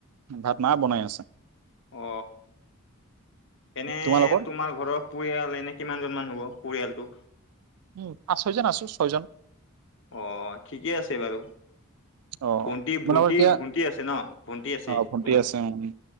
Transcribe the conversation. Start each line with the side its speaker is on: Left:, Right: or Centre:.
Right: ভাত মা বনাই আছে।
Left: অ এনে
Right: তোমালোকৰ?
Left: তোমাৰ ঘৰৰ পৰিয়াল এনে কিমান জনমান হব। পৰিয়ালটো?
Right: উম, পাঁচ ছয়জন আছো ছয়জন।
Left: আহ ঠিকেই আছে বাৰু
Right: অ',
Left: ভন্টি
Right: তোমালোকৰ
Left: ভন্টি
Right: এতিয়া
Left: ভণ্টি আছে ন ভণ্টি আছে
Right: অ',
Left: তোমাৰ
Right: ভণ্টি আছে উম,